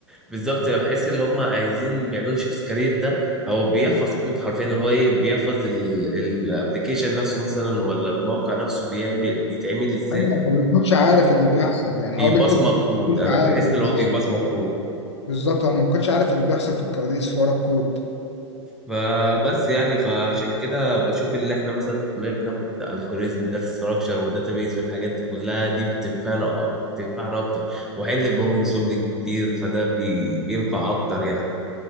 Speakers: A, in the centre; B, on the left.
A: بالظبط بحس ان هم عايزين بيعملوا شيفت كارير ده او بيحفظ كود حرفيا اللي هو ايه بيحفظ الابلكيشن نفسه مثلا ولا الموقع نفسه بيعمل بيتعمل ازاي
B: ايوه ما بيكونش عارف اللي بيحصل يعني
A: وبيبصمج
B: هو بيكتب الكود ما
A: كود
B: بيكونش
A: انا
B: عارف
A: بحس
B: اللي
A: اللي
B: بيحصل
A: هو بيبصمج كود
B: بالظبط هو ما كنتش عارف اللي بيحصل في الكواليس ورا الكود
A: فبس يعني فعشان كده بشوف اللي احنا مثلا في الكليه بناخد الجوريزم داتا ستراكشر وداتابيز والحاجات دي كلها دي بتنفعنا أك- بتنفعنا اكتر وحل بروبلم سولفنج كتير فده بينفع اكتر يعني